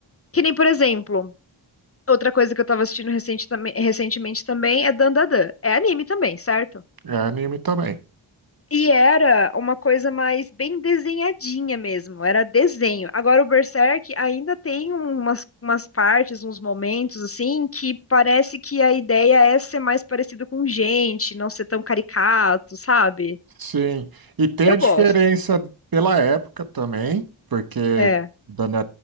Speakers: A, on the left; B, on the right.
A: que nem, por exemplo, outra coisa que eu tava assistindo recente também- recentemente também é Dandadan. É anime também, certo?
B: é anime também.
A: E era uma coisa mais bem desenhadinha mesmo, era desenho. Agora o Berserk ainda tem umas, umas partes, uns momentos assim, que parece que a ideia é ser mais parecido com gente, não ser tão caricato, sabe?
B: Sim, e tem
A: Eu
B: a diferença
A: gosto.
B: pela época também, porque,
A: É,
B: dona-